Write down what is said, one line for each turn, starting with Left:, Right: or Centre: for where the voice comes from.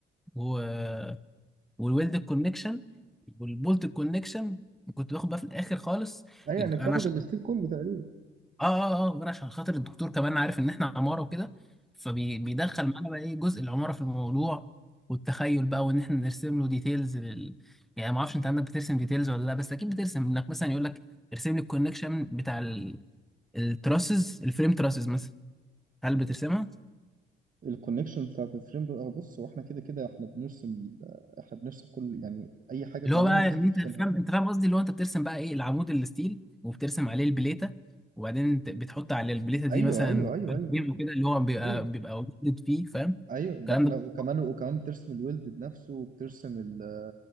Centre: والويلد كونكشن والبولت كونكشن وكنت باخد بقى في الاخر خالص
Right: أي يعني
Centre: انا
Right: بتاخد
Centre: عشان
Right: الستيل كله تقريبا
Centre: اه اه اه غير عشان خاطر الدكتور كمان عارف ان احنا عماره وكده فبيدخل معانا بقى ايه جزء العماره في الموضوع والتخيل بقى وان احنا نرسم له ديتيلز لل... يعني ما اعرفش انت عندك بترسم ديتيلز ولا لا بس اكيد بترسم انك مثلا يقول لك ارسم لي الكونكشن بتاع التراسز الفريم تراسز مثلا هل بترسمها
Right: الكونكشن بتاعت الفريم بقى بص هو احنا كده كده احنا بنرسم ال- احنا بنرسم كل يعني اي حاجه
Centre: اللي
Right: بنعملها
Centre: هو بقى
Right: لازم
Centre: ان
Right: نرسمها
Centre: انت فاهم انت فاهم قصدي اللي هو انت بترسم بقى ايه العمود الستيل وبترسم عليه البليته وبعدين بت- بتحط على البليته دي
Right: ايوه
Centre: مثلا
Right: ايوه ايوه
Centre: فريم
Right: ايوه
Centre: وكده اللي هو بيبقى
Right: ايوه
Centre: بيبقى ويلدد فيه فاهم
Right: ايوه ده
Centre: الكلام
Right: احنا
Centre: ده كله
Right: وكمان وكمان بترسم الويلد نفسه وبترسم ال-